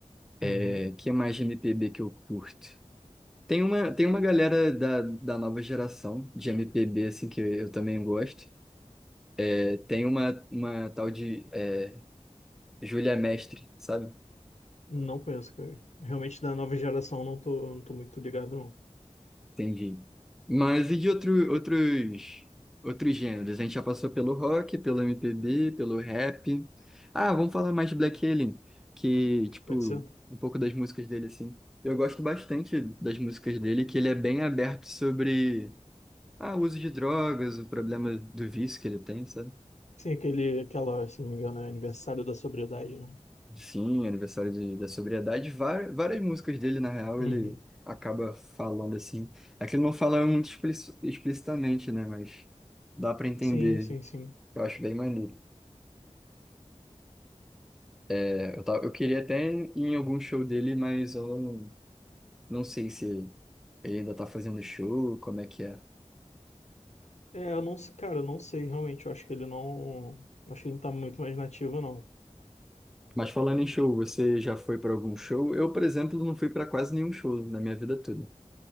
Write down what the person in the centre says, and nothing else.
É, que é mais de MPB que eu curto? Tem uma, tem uma galera da, da nova geração de MPB, assim, que eu também gosto. É, tem uma, uma tal de é, Júlia Mestre, sabe?
Entendi. Mas e de outro, outros, outros gêneros? A gente já passou pelo rock, pelo MPB, pelo rap. Ah, vamos falar mais de Black Alien, que, tipo,
um pouco das músicas dele, assim. Eu gosto bastante das músicas dele, que ele é bem aberto sobre ah, o uso de drogas, o problema do vício que ele tem, sabe?
Sim, aniversário de- da sobriedade. Várias, várias músicas dele, na real,
ele acaba falando assim. É que ele não fala muito explici- explicitamente, né? Mas dá pra entender.
Eu acho bem maneiro. É, eu, tava, eu queria até ir em algum show dele, mas eu não, não sei se ele ainda tá fazendo show, como é que é.
Mas falando em show, você já foi pra algum show? Eu, por exemplo, não fui pra quase nenhum show na minha vida toda.